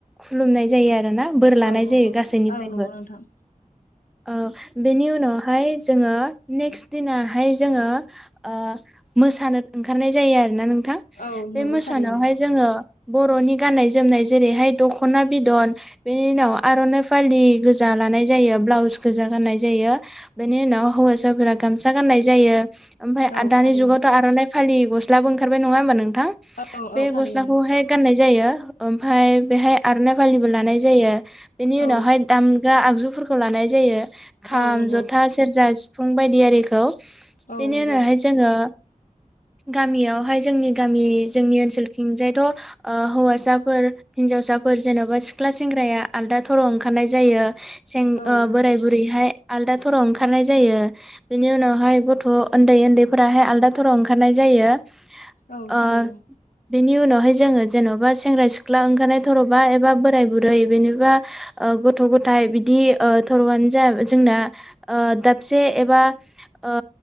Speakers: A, in the centre; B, on the left.
A: खुलुमनाय जायो आरो ना। बोर लानाय
B: औ नंगौ
A: जायो गासैनिफ्रायबो
B: औ नंगौ नोंथां
A: ओ बेनि उनाव फाय जोङो नेक्स्ट दिनाहाय जोङो ओ मोसानो ओंखारनाय जायो आरोना नों
B: औ
A: बे
B: नंगौ
A: मोसानावहाय
B: थारैनो
A: जोङो बर'नि गाननाय जोमनाय जेरैहाय दख'ना बिदन बेनि उनाव आर'नाइ फालि गोजा लानाय जायो ब्लाउस गोजा गाननाय जायो बेनि उनाव हौवासाफोरा गामसा गाननाय जायो। ओमफ्राय
B: औ
A: आदानि
B: थारैनो
A: जुगावथ' आर'नाय फालि गस्लाबो ओखारबाय नङा होमबा नोंथां
B: औ
A: बे
B: औ थारैनो
A: गस्लाखौ हाय गोननाय जायो ओमफ्राय बेहाय आर'नाय फालिबो लानाय जायो बेनि उनावहाय
B: औ
A: दामग्रा आगजुफोरखौ खौ लानाय जायो खाम
B: औ नंगौ
A: जथा सेरजा सिफ फुं बायदियारिखौ
B: औ
A: बेनि
B: नंगौ
A: उनावहाय जोङो गामियावहाय जोंनि गामि जोंनि ओनसोलथिंजायथ' हौवासाफोर हिन्जावसाफोर जेन'बा सिख्ला सेंग्राया आलदा थराव ओंखारनाय जायो सें
B: औ
A: ओ
B: नंगौ
A: बोराय बुरैहाय आलदा थराव ओंखारनाय जायो बेनि उनावहाय गथ' उन्दै उन्दैफोराहाय आलदा थराव ओंखारनाय जायो
B: औ
A: ओ
B: थारैनो
A: बेनि उनावहाय जोङो जेन'बा सेंग्रा सिख्ला ओंखारनाय थर'बा एबा बोराय बुरै बेनिबा ओ गथ' गथाय बिदि ओ थर'आनो जा जोंना ओ दाबसे एबा ओ